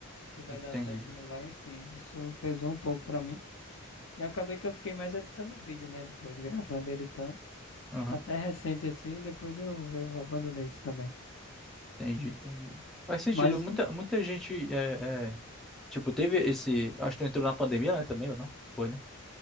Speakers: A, on the left (about 70°); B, in the centre.
A: se vai
B: Entendi.
A: dar certo, se não vai, enfim, isso pesou um pouco pra mim. E acabei que eu fiquei mais editando vídeo, né, depois, gravando e editando.
B: Aham,
A: Até recente assim, depois eu, eu abandonei isso também.
B: Entendi, entendi. Faz sentido.
A: Mas
B: Muita, muita gente é, é, Tipo, teve esse. Acho que tu entrou na pandemia, né? Também, ou não? Foi, né?